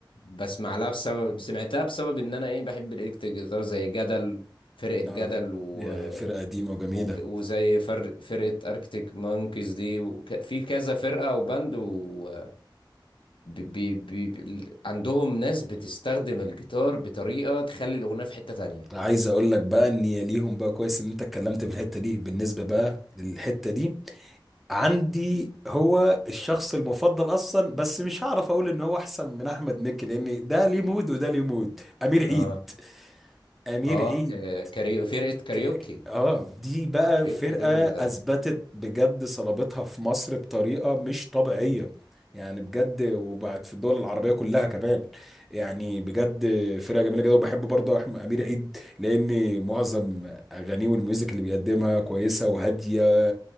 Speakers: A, on the left (about 85°); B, in the centre.
A: بسمع لها بسبب سمعتها بسبب ان انا ايه بحب الالكتريك جيتار زي جدل فرقة جدل
B: اه
A: و...
B: يا فرقة قديمة وجميلة
A: و... وزي فر... فرقة اركتيك مانكيز دي وك... في كذا فرقة او باند و... ب... ب... ب... ب- عندهم ناس بتستخدم الجيتار بطريقة تخلي الاغنية في حتة تانية
B: عايز اقول لك بقى ان يا ليهم بقى كويس ان انت اتكلمت في الحتة دي بالنسبة بقى للحتة دي عندي هو الشخص المفضل اصلا بس مش هعرف اقول ان هو احسن من احمد مكي لان ده ليه مود وده ليه مود امير عيد
A: اه
B: امير
A: اه
B: عيد
A: ك... كاريو... فرقة كاريوكي
B: ك... ك- اه دي بقى
A: كاريوكي
B: فرقة
A: دول
B: اثبتت بجد صلابتها في مصر بطريقة مش طبيعية يعني بجد وبعد في الدول العربية كلها كمان يعني بجد فرقة جميلة جدا وبحب برضه أحمد أمير عيد لأن معظم أغانيه والميوزك اللي بيقدمها كويسة وهادية